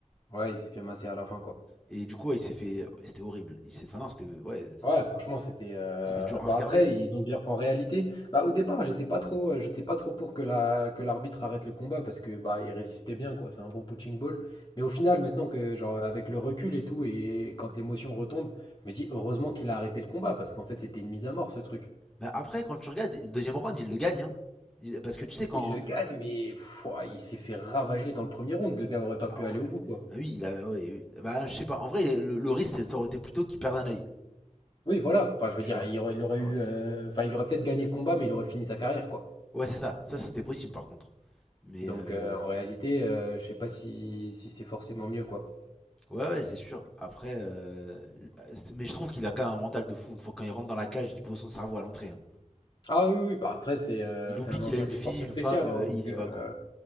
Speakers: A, on the left (about 35°); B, in the centre.
A: ouais, il s'est fait masser à la fin, quoi.
B: Et du coup, ouais, il s'est fait. C'était horrible. Il s'est. Enfin, non, c'était. Ouais, c'était-
A: Ouais, franchement, c'était. euh,
B: c'était dur
A: Bah
B: à regarder.
A: après,
B: hein.
A: ils ont bien. En réalité, bah au départ, j'étais pas trop, euh, j'étais pas trop pour que la, que l'arbitre arrête le combat parce que bah il résistait bien, quoi. C'est un bon punching ball. Mais au final, maintenant que genre avec le recul et tout et quand l'émotion retombe, je me dis heureusement qu'il a arrêté le combat parce qu'en fait, c'était une mise à mort ce truc.
B: Mais après, quand tu regardes, le deuxième round, il le gagne. hein. Il- Parce que tu sais, quand.
A: Il le gagne, mais pouah, il s'est fait ravager dans le premier round. Le gars aurait pas pu
B: Ah
A: aller
B: ouais.
A: au bout, quoi.
B: Bah oui, il a. ouais, oui. Bah, je sais pas. En vrai, le, le risque, c'est- ça aurait été plutôt qu'il perde un œil.
A: Oui, voilà. Enfin, je veux
B: Tu
A: dire,
B: vois
A: il aurait, il aurait
B: Ouais.
A: eu, euh, enfin, il aurait peut-être gagné le combat, mais il aurait fini sa carrière, quoi.
B: Ouais, c'est ça. Ça, c'était possible, par contre. Mais.
A: Donc,
B: euh,
A: euh, en réalité, euh, je sais pas si, si c'est forcément mieux, quoi.
B: Ouais, ouais, c'est sûr. Après. euh, c'est- Mais je trouve qu'il a quand même un mental de fou. Une fois quand il rentre dans la cage, il pose son cerveau à l'entrée. hein.
A: Ah oui, oui, bah après, c'est euh,
B: Il
A: c'est
B: oublie
A: un
B: qu'il
A: ancien
B: a une
A: des
B: fille,
A: forces
B: une
A: spéciales,
B: femme, euh,
A: hein, donc...
B: et il y
A: euh,
B: va, quoi.